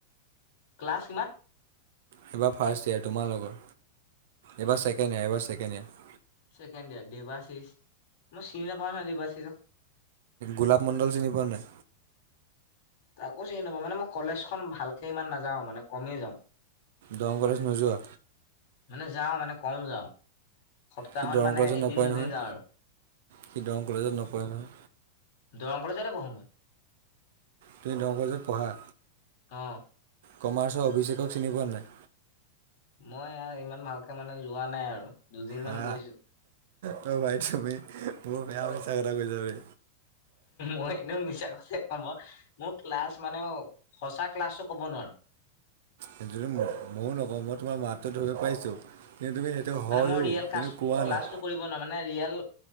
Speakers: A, on the left (about 50°); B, on the right (about 55°).
A: ক্লাছ কিমান
B: এইবাৰ ফাৰ্ষ্ট ইয়োৰ তোমাৰ লগৰ এইবাৰ ছেকেণ্ড ইয়াৰ এইবাৰ ছেকেণ্ড ইয়োৰ
A: ছেকেণ্ড ইয়াৰ দেবা চিৰিজ মই চিনি নাপাওঁ নহয় দেবা চিৰিজক
B: গোলাপ মণ্ডল চিনি পোৱা নাই
A: তাকো চ নাপা মানে মই কলেজখন ভালকে ইমান নাযাও মানে কমেই যাওঁ
B: ডংগৰ নোযোৱা
A: মানে যাওঁ মানে কম যাওঁ সপ্তাহত
B: সি দৰং
A: মানে
B: কলেজত
A: এদিন
B: নপঢ়ে
A: দুদিন
B: নহয়
A: যাওঁ আৰু
B: সি দৰং কলেজত নপঢ়ে নহয়
A: দৰংল চাৰে বহমই
B: তুমি ন কলেজত পঢ়া
A: অ'।
B: কমাৰ্চৰ অভিষেকক চিনি পোৱা নাই
A: মই ইমান ভালকে মানে যোৱা নাই আৰু দুদিন মান
B: হা
A: গৈছো
B: ত' ভাই তুমি বহোৰ বেয়া পছা কথা কৈ যাবি
A: মই এনেও মিছাছে ক মোৰ ক্লাছ মানে সঁচা ক্লাছটো ক'ব নোৱাৰো
B: সেইটো ময়ো নকওঁ মই তোমাৰ মাতটো ধৰিব পাৰিছোঁ কিন্তু তুমি সেই এয়া
A: মানে
B: হয়ো
A: মই ৰিয়েল ক্লাছ
B: কিন্তু কোৱা
A: ক্লাছটো
B: নাই
A: কৰিব নোৱাৰ মানে ৰিয়েল